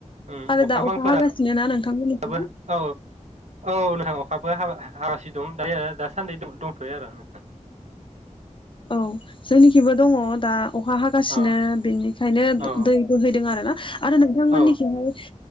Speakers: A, on the right; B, on the left.
A: उम
B: आरो
A: अखा
B: दा
A: बांफोराबो
B: हागासिनो ना नोंथांमोननिखै
A: औ औ नोंथां अखाबो हाब हासि दं दायो दा सान्दि दंथ'यो आरो नोंथां।
B: औ जोंनिखिबो दङ दा अखा हागासिनो
A: औ
B: बिनिखायनो
A: औ
B: दै बोहैदों आरो ना आरो नोंथांमोननिखिहाय
A: औ